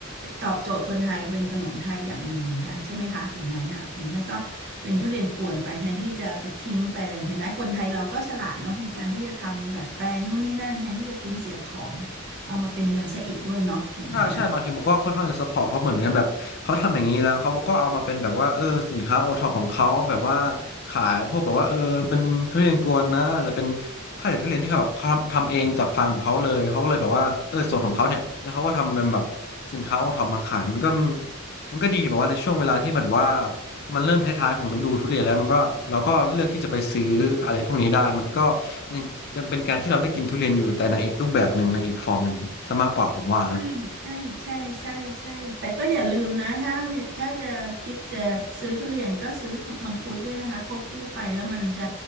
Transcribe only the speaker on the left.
ใช่ใช่บางทีผมก็ค่อนข้างจะซัพพอร์ตเขาเหมือนกันแบบเขาทำอย่างนี้แล้วเขาก็เอามาเป็นแบบว่าเออสินค้าโอท็อปของเขาแบบว่าขายพวกแบบว่าเออเป็นทุเรียนกวนนะอาจจะเป็นข้าวเหนียวทุเรียนที่เขาแบบเขาทำทำเองจากฟาร์มของเขาเลยเขาก็เลยแบบว่าเออส่วนของเขาเนี่ยแล้วเขาก็ทำเป็นแบบสินค้าโอท็อปมาขายมันก็มันก็ดีแบบว่าในช่วงเวลาที่แบบว่ามันเริ่มท้ายๆของฤดูทุเรียนแล้วมันก็เราก็เลือกที่จะไปซื้ออะไรพวกนี้ได้มันก็ยังยังเป็นการที่เราได้กินทุเรียนอยู่แต่ในอีกรูปแบบหนึ่งในอีกฟอร์มหนึ่งซะมากกว่าผมว่านะ